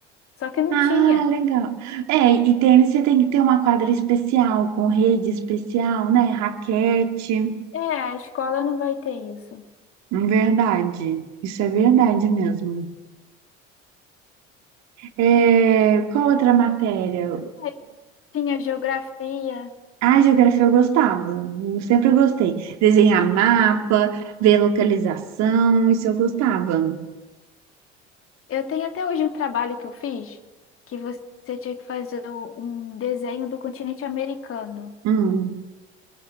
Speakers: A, on the left (about 40°); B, on the right (about 50°).
A: Só que não
B: Ah,
A: tinha.
B: legal. É, e tênis você tem que ter uma quadra especial, com rede especial, né? Raquete.
A: É, a escola não vai ter isso.
B: Verdade. Isso é verdade mesmo. É, qual outra matéria?
A: Aí tinha geografia.
B: Ah, geografia eu gostava, eu sempre gostei. Desenhar mapa, ver localização, isso eu gostava.
A: Eu tenho até hoje um trabalho que eu fiz, que você tinha que fazer o- um desenho do continente americano.
B: Hum.